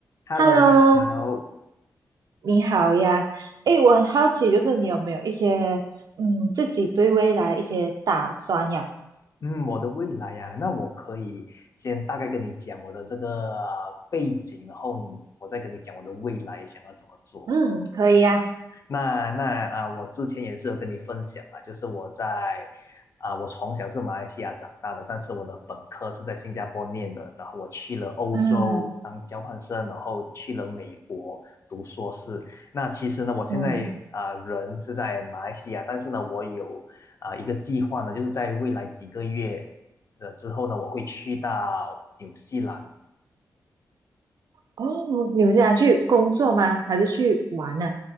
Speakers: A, on the left; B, on the right.
A: Hello，
B: Hello，
A: 你好。
B: 你好呀。诶，我很好奇，就是你有没有一些嗯自己对未来一些打算呀？
A: 嗯，我的未来呀、那我可以先大概跟你讲我的这个呃背景，然后你我再跟你讲我的未来想要怎么做。
B: 嗯，可以呀。
A: 那那啊，我之前也是有跟你分享嘛，就是我在啊，我从小是马来西亚长大的，但是我的本科是在新加坡念的，然后我去了欧洲当交换生，
B: 嗯
A: 然后去了美国读硕士。那其实呢，我现在啊，
B: 嗯，
A: 人是在马来西亚，但是呢，我有啊一个计划呢，就是在未来几个月的之后呢，我会去到纽西兰。
B: 哦，纽西想去工作吗？还是去玩呢、